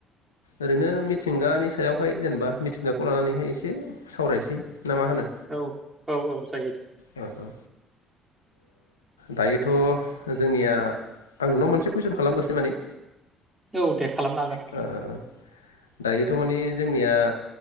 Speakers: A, on the left; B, on the right.
A: ओरैनो मिथिंगानि सायावहाय जेनेबा मिथिंगाखौ लानानैहाय एसे सावरायनोसै ना मा होनो
B: औ औ औ जायो दे
A: ओ दायोथ' जोंनिया आं नोंनाव मोनसे कुइसन खालामग्रोसै माने
B: औ दे
A: <unintelligible>
B: खालामनो हागोन
A: दायोथ' माने जोंनिया